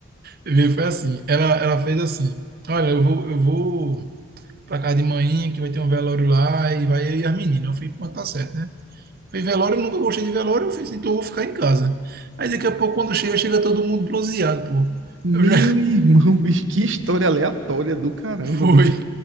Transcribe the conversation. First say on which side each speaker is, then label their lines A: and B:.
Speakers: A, on the right (about 45°); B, on the right (about 70°).
A: Viu? Foi assim. Ela, ela fez assim: Olha, eu vou, eu vou pra casa de manhã, que vai ter um velório lá, e vai eu e as meninas. Eu fui, pronto, tá certo, né? Fui em velório, eu nunca gostei de velório, eu fiz, então eu vou ficar em casa. Aí daqui a pouco, quando chega, chega todo mundo bronzeado, pô.
B: Meu
A: Eu já
B: irmão, bicho, que história aleatória do caramba,
A: Foi.
B: bicho.